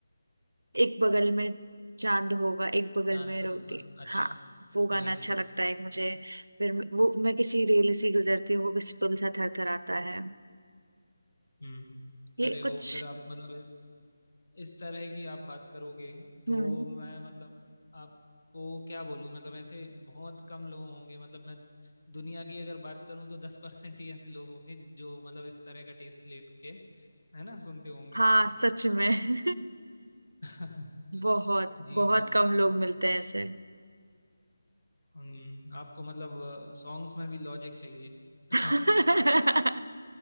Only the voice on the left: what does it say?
चांद
होगा
अच्छा
जी
जी
हम्म हम्म।
अरे वो
फिर आप मतलब इस, इस तरह की आप बात करोगे तो
मैं मतलब आपको क्या बोलूं मतलब ऐसे बहुत कम लोग होंगे मतलब मैं दुनिया की अगर बात करूं तो दस परसेंट ही ऐसे लोग होंगे जो मतलब इस तरह का टेस्ट लेके है ना सुनते होंगे
सॉन्ग
<laughs>
जी
बिल्कुल
हम्म, आपको मतलब सॉन्ग्स में भी लॉजिक चाहिए <laughs>